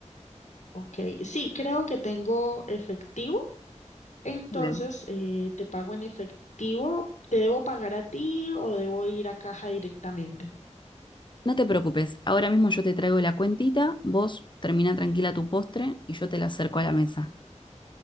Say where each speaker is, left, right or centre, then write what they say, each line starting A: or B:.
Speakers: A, on the left; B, on the left.
A: Ok, sí, creo que tengo efectivo. Entonces,
B: Muy bien.
A: eh, te pago en efectivo. ¿Te debo pagar a ti o debo ir a caja directamente?
B: No te preocupes, ahora mismo yo te traigo la cuentita, vos termina tranquila tu postre y yo te la acerco a la mesa.